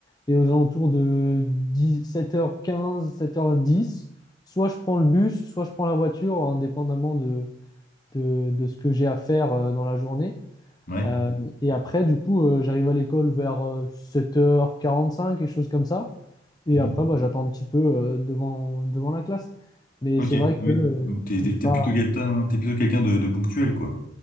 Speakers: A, on the left; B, on the left.
A: Et aux alentours de sept heures quinze sept heures dix soit je prends le bus, soit je prends la voiture, indépendamment de, de, de ce que j'ai à faire euh, dans la journée.
B: Ouais.
A: Euh, et après, du coup, euh, j'arrive à l'école vers euh, 7h45, quelque chose comme ça. Et
B: Mhm.
A: après, bah, j'attends un petit peu euh, devant, devant la classe. Mais
B: Ok.
A: c'est
B: Ah
A: vrai que
B: oui.
A: euh,
B: Donc t'es, t'es-
A: j'ai
B: t'es
A: pas.
B: plutôt quelqu'un, t'es plutôt quelqu'un de, de ponctuel, quoi.